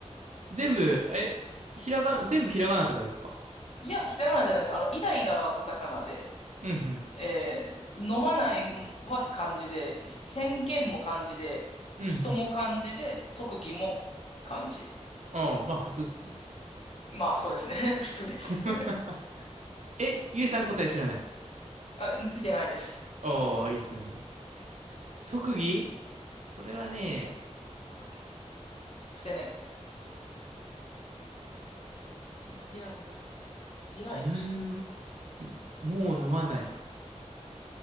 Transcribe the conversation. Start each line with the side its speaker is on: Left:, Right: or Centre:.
Right: 全部、え、ひらがな、全部ひらがなとかですか
Left: いや、ひらがなじゃないです。あの、イライラはカタカナで、
Right: うんうん。
Left: えー飲まないは漢字で、宣言も漢字で、
Right: うんうん。
Left: 人も漢字で、特技も漢字。
Right: ああ、まあ普通っすね。
Left: まあ、そうですね。<laughs> 普通です。
Right: <laughs>
Left: <laughs>
Right: え、ゆえさん答え知らない。
Left: あ、み見てないです。
Right: ああ、いいっすね。特技それはね、
Left: 特技は。でね、イライラ、イライラしなが
Right: うーん、もう飲まない。
Left: ら。の、